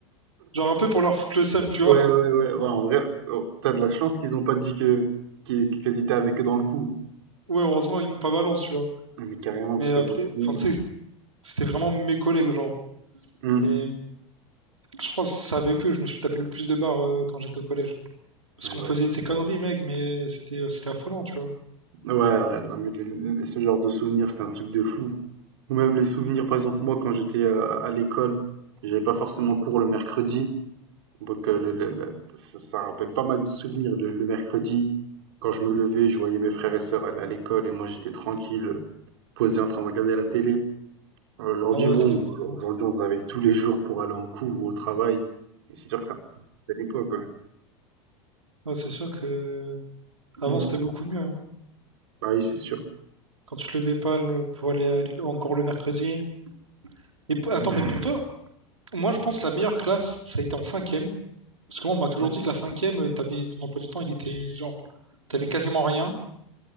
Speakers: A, on the right; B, on the right.
A: Genre un peu pour leur foutre le seum, tu
B: Ouais,
A: vois.
B: ouais, ouais. Ouais, en vrai, heu, tu de la chance qu'ils ont pas dit que qui que tu avec eux dans le coup.
A: Ouais, heureusement, ils m'ont pas balance, tu vois.
B: Ouais, Mais carrément, parce
A: Mais
B: que
A: après,
B: là, sinon
A: enfin, tu sais, C'était vraiment mes collègues, genre.
B: mmh.
A: Et je pense que c'est avec eux que je me suis tapé le plus de barres euh, quand j'étais au collège. Parce
B: Mais
A: qu'on
B: ouais, ouais,
A: faisait
B: c'est
A: de
B: un
A: ces
B: truc
A: conneries, mec, mais c'était euh, c'était affolant, tu vois.
B: Ouais, ouais, non mais le le ce genre de souvenir, c'est un truc de fou. Ou même les souvenirs, par exemple, moi, quand j'étais, heu, à l'école, j'avais pas forcément cours le mercredi, donc heu, le le le ça ça rappelle pas mal de souvenirs. Le le mercredi, quand je me levais, je voyais mes frères et sœurs aller à l'école et moi, j'étais tranquille, heu, posé en train de regarder la télé. Aujourd'hui,
A: Ah ouais,
B: bon,
A: ça, c'est un truc de ouf.
B: aujourd'hui, on se réveille tous les jours pour aller en cours ou au travail et c'est sûr que ça rappelle l'époque, quoi
A: Ouais, c'est sûr que avant,
B: Mmh.
A: c'était beaucoup mieux. hein.
B: Bah oui, c'est sûr.
A: Quand tu te levais pas le- pour aller à l'é- encore le mercredi. Et p- attends,
B: Mmh.
A: mais pour toi, moi, je pense que la meilleure classe, ça a été en cinquième. Parce que moi, on m'a toujours
B: Ouais,
A: dit que la cinquième, euh, t'avais ton emploi du temps, il était genre, t'avais quasiment rien.